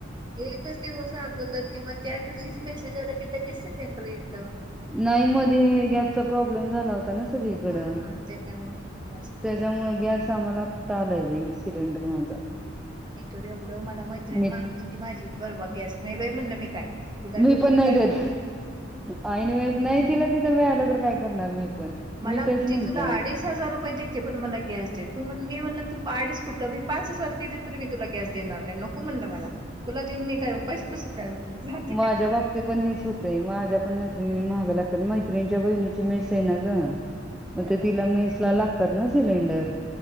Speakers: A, on the right; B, in the centre.
A: एकच दिवस अगोदर किंवा त्या दिवशीच मेसेज आला कि लगेच सिलेंडर येतोय.
B: नाही मध्ये हे गॅसचा प्रॉब्लेम झाला होता, ना सगळीकडं.
A: हा त्याच्यामुळे झालं असेल
B: त्याच्यामुळे
A: ते.
B: गॅस आम्हाला आत्ता आलय बाई. सिलेंडर माझा
A: मी तरो एवढं मला मैत्रिणी
B: मी
A: मागत होती, माझी बरवा गॅस नाही बाई म्हणलं मी. काय तुला
B: मी
A: देऊन
B: पण नाही
A: काय
B: देत
A: करू
B: ऐन वेळेस नाही तिला तिथं मिळालं तर काय करणार मी. पण. मी
A: मला म्हणती
B: तेच म्हंटलं.
A: तुला अडीच हजार रुपये देते पण मला गॅस दे तू म्हण मी म्हणलं तू अडीच कुठं मी पाच <unintelligible> तरी मी तुला गॅस देणार, नाही नको म्हणलं मला तुला देऊन मी काय उपाशी बसू. काय म्हणलं जा तिकडे
B: माझ्या बाबतीत पण हेच होतंय, माझ्या पण म म्हाग लागतात मैत्रिणीच्या, बहिणीची मेस आहे ना गं मग
A: अं,
B: तिला मेसला लागतातना. सिलेंडर,